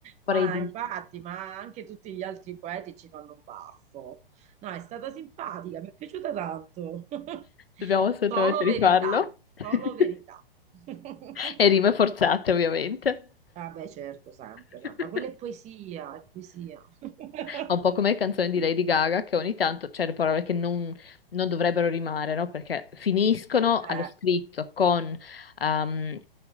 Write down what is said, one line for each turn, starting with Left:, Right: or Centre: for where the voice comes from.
Left: Vorrei
Right: Ma
Left: dire.
Right: infatti, ma anche tutti gli altri poeti ci fanno un baffo. No, è stata simpatica, mi è piaciuta tanto. <laughs>
Left: Dobbiamo assolutamente
Right: Solo
Left: rifarlo.
Right: verità,
Left: <laughs>
Right: solo verità. <laughs>
Left: <laughs> E rime forzate, ovviamente.
Right: Vabbè, certo, sempre,
Left: <laughs>
Right: sempre. Ma quella è poesia, è poesia. <laughs>
Left: Ma Un po' come le canzoni di Lady Gaga, che ogni tanto c'è le parole che non, non dovrebbero rimare, no? Perché finiscono allo
Right: Eh,
Left: scritto con ehm,